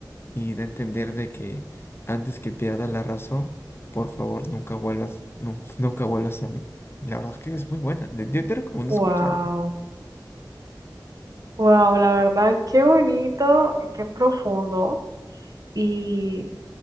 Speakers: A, on the left (about 30°); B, on the right (about 55°).
A: y da a entender de que antes que pierda la razón por favor nunca vuelvas nun- <laughs> nunca vuelvas a mí y la verdad es que es muy buena de- yo te recomiendo
B: Wow,
A: escucharla
B: wow, la verdad, qué bonito, y qué profundo. Y,